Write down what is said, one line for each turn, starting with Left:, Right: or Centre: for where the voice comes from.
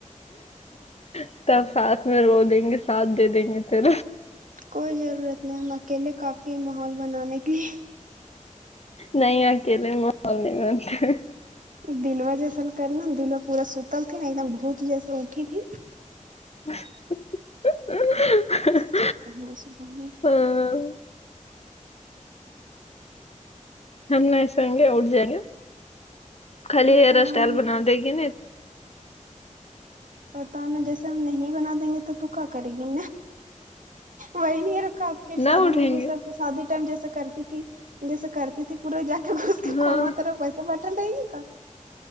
Left: <inaudible> تب ساتھ میں رو دیں گے ساتھ دے دیں گے پھر
Right: کوئی ضرورت نہیں ہم اکیلے کافی ہے ماحول بنانے کے لیے
Left: نہیں اکیلے محول نہیں بنتا ہے
Right: دلوا جیسا کرناا دلوا پورا ستل تھی نا ایک دم بھوت جیسے اٹھی تھی
Left: <inaudible>
Right: <unintelligible>
Left: ہاں، ہم نہیں سگے اٹ جائے گا خالی
Right: پتا
Left: ہیئر اسٹائل
Right: نہیں
Left: بنا دے گی نہ
Right: پتا نا جیسے ہم نہیں بنا دیں گے تو تو کیا کرے گی وہی نہیں رکھا پھر
Left: نہ
Right: ساادن
Left: اٹھیں
Right: بھ یہ
Left: گے
Right: سب شادی ٹائم جیسے کرتی تھی جیسے کرتی ت پورا جا کے بس کے
Left: ہاں
Right: کنو تارا پیسہ پٹال لے گی کا